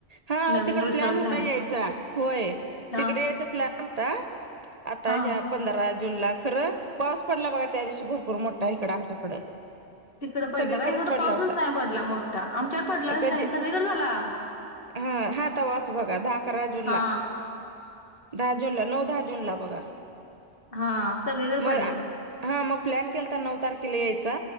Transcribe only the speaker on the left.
नवीन
रिसॉर्ट
झाले
हा
हा
तिकडं पडला
काय इकड
पाऊसच
नाय पडला मोठा आमच्याकड पडलाच
नाय सगळीकड झाला.
हा
हा सगळीकड
पडलेला.